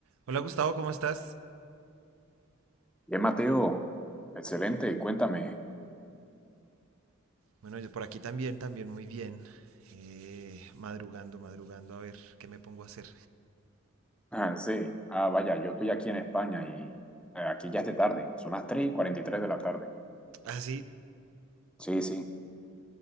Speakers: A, on the right; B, in the centre.
A: Hola Gustavo, ¿cómo estás?
B: Bien, Mateo, excelente, cuéntame.
A: Bueno, yo por aquí también, también muy bien. Eh, madrugando, madrugando, a ver qué me pongo a hacer.
B: Ah, sí, ah, vaya, yo estoy aquí en España y eh, aquí ya es de tarde, son las 3 y cuarenta y tres de la tarde.
A: Ah, sí.
B: Sí, sí.